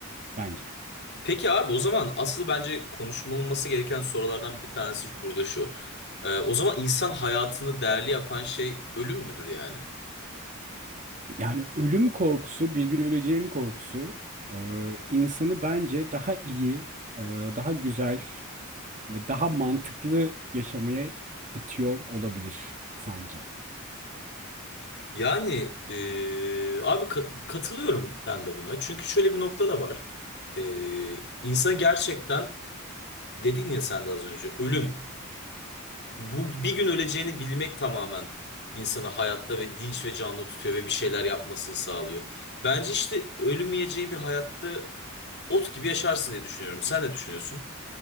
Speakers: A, on the right; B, on the left.
A: bence.
B: Peki abi o zaman asıl bence konuşulması gereken sorulardan bir tanesi burada şu. Ee, o zaman insan hayatını değerli yapan şey ölüm müdür yani?
A: Yani ölüm korkusu, bir gün öleceğim korkusu e, insanı bence daha iyi, e, daha güzel ve daha mantıklı yaşamaya itiyor olabilir sanki.
B: Yani ee, abi ka- katılıyorum ben de buna. Çünkü şöyle bir nokta da var. Ee, insan gerçekten dedin ya sen de az önce ölüm. Bu bir gün öleceğini bilmek tamamen insanı hayatta ve dinç ve canlı tutuyor ve bir şeyler yapmasını sağlıyor. Bence işte ölmeyeceğin bir hayatta ot gibi yaşarsın diye düşünüyorum. Sen ne düşünüyorsun?